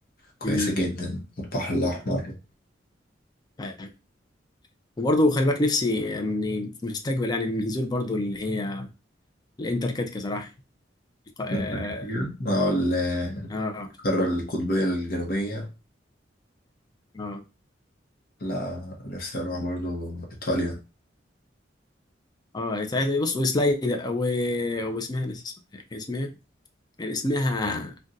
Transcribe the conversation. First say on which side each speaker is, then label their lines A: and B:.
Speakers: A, on the left (about 55°); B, on the left (about 20°).
A: كويسة
B: امم
A: جدا والبحر الأحمر
B: طيب. وبرضه خلي بالك نفسي اني في المستقبل يعني نزور برضه اللي هي الانتاركتيكا صراحه اه
A: ممتع كتير اه ال-
B: اه
A: القارة القطبية الجنوبية
B: اه,
A: لا نفسي أروح برضو إيطاليا
B: آه. بص وسلايد و... واسمها نسيت اسمها كان اسمها إيه؟ كان اسمها